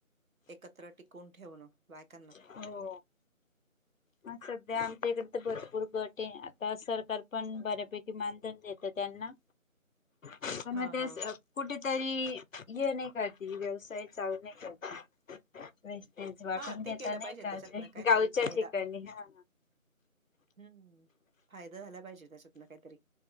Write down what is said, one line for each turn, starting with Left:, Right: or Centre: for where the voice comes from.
Right: एकत्र टिकून ठेवणं बायकां.
Left: हो. हा सध्या आमच्या इकडे तर भरपूर गट आहे आता सरकार पण बऱ्यापैकी मानधन देतं त्यांना पण
Right: हा
Left: म तेच
Right: हा.
Left: अ कुठेतरी ये नाही करतील व्यवसाय चालू नाही करतील. वेस्टेज वाटून
Right: हा
Left: घेता
Right: ते केलं
Left: नाही
Right: पाहिजे
Left: का
Right: त्याच्यातनं
Left: गावच्या
Right: काहीतरी
Left: गावच्या
Right: फायदा
Left: ठिकाणी हा.
Right: हम्म फायदा झाला पाहिजे त्याच्यातनं काहीतरी.